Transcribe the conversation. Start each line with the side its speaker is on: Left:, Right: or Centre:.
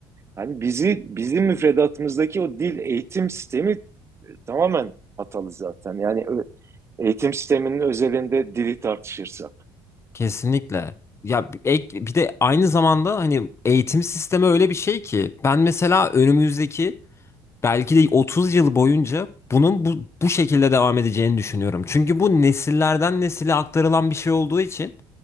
Right: Yani bizi bizim müfredatımızdaki o dil eğitim sistemi tamamen hatalı zaten. Yani eğitim sisteminin özelinde dili tartışırsak.
Left: Kesinlikle. Ya bir- ek, bir de aynı zamanda hani eğitim sistemi öyle bir şey ki ben mesela önümüzdeki belki de 30 yıl boyunca bunun bu, bu şekilde devam edeceğini düşünüyorum. Çünkü bu nesillerden nesile aktarılan bir şey olduğu için